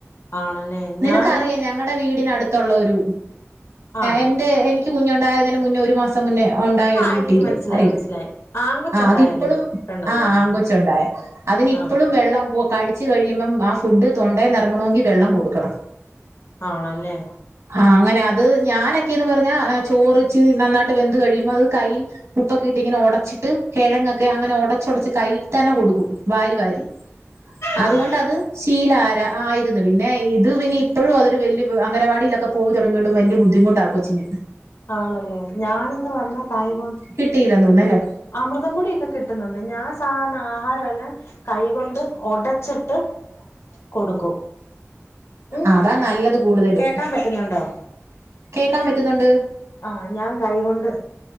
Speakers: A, on the left; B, on the right.
A: ആണല്ലേ
B: നിനക്കറിയാം
A: ഞാന്
B: ഞങ്ങളടെ വീടിനടുത്തുള്ള ഒരു
A: ആണോ
B: എന്റെ എനിക്ക്. കുഞ്ഞുണ്ടായതിന് മുന്നേ ഒരു മാസം മുന്നേ ഉണ്ടായ ഒരു
A: ആഹ്
B: കുട്ടിയില്ലേ
A: എനിക്ക് മനസ്സിലായി
B: അറിയില്ലേ.
A: മനസ്സിലായി ആങ്കൊച്ചുണ്ടായ
B: ആഹ് അതിപ്പോളും
A: ഒരു പെണ്ണല്ലേ
B: ആഹ് ആങ്കൊച്ച് ഉണ്ടായ അതിനി ഇപ്പളും
A: ആഹ്
B: വെള്ളം ക ച്ച് കഴിയുമ്പം ആഹ് ഫുഡ് തൊണ്ടേന്ന് ഇറങ്ങണോങ്കി വെള്ളം കൊടുക്കണം.
A: ആണല്ലേ.
B: ആഹ് അങ്ങനെ അത് ഞാനൊക്കെയന്ന് പറഞ്ഞാ ചോറിച്ച് നന്നായിട്ട് വെന്ത് കഴിയുമ്പോ അത് ക ഉപ്പ് ഒക്കെ ഇട്ട് ഇങ്ങനെ ഉടച്ചിട്ട്, കിഴങ്ങ് ഒക്കെ അങ്ങനെ ഒടച്ചൊടച്ച് കയ്യിൽ തന്നെ കൊടുക്കും വാരി വാരി. <inaudible> അതുകൊണ്ടത്
A: ആഹ്
B: ശീലാര ആയിരുന്നു പിന്നെ ഇത് പിന്നെ ഇപ്പോഴും അതൊരു വലിയ അംഗനവാടി ക്ക പോവ തുടങ്ങിട്ട് വലിയ ബുദ്ധിമുട്ടാ കൊച്ചിന്.
A: ആണല്ലേ ഞാനന്ന് പറഞ്ഞാ കൈകൊണ്ട്.
B: കിട്ടിയില്ലാ തോന്ന് അല്ലേ.
A: അമൃതം പൊടിയൊക്കെ കിട്ടുന്നുണ്ട് ഞാൻ സാധാരണ ആഹാരമെല്ലാം. കൈകൊണ്ട് ഒടച്ചിട്ട് കൊടുക്കും. ഉം
B: അതാ നല്ലത് കൂടുതലും
A: കേക്കാൻ പറ്റുന്നുണ്ടോ
B: കേക്കാൻ പറ്റുന്നുണ്ട്.
A: ആഹ് ഞാൻ കൈകൊണ്ട്